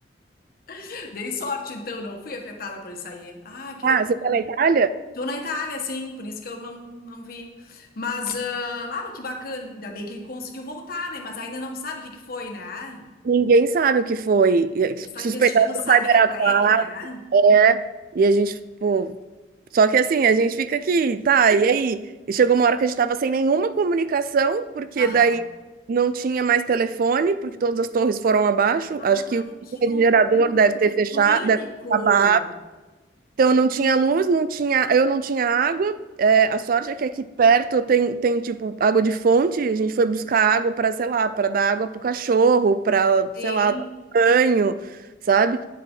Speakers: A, on the left; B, on the right.
A: <laughs> Dei sorte, então. Não fui afetada por isso aí. Ah, que
B: Ah,
A: loucura.
B: você tá na Itália?
A: Tô na Itália, sim, por isso que eu não, não vi. Mas, ah, ah, que bacana, ainda bem que conseguiu voltar, né? Mas ainda não sabe o que que foi, né?
B: Ninguém sabe o que foi. E aí,
A: Eles estão
B: Suspeitaram
A: investigando o cyber-ataque,
B: um cyberataque,
A: né?
B: né? E a gente, pô, Só que assim, a gente fica aqui, tá, e aí? E chegou uma hora que a gente tava sem nenhuma comunicação, porque
A: Aham.
B: daí não tinha mais telefone, porque todas as torres foram abaixo.
A: Ai,
B: Acho que o
A: que loucura,
B: gerador deve ter
A: que
B: fechado,
A: pânico!
B: deve ter acabado. Então não tinha luz, não tinha, eu não tinha água. É, a sorte é que aqui perto tem, tem tipo água de fonte. A gente foi buscar água para, sei lá, para dar água pro cachorro, para,
A: Sim,
B: sei lá, tomar banho, sabe?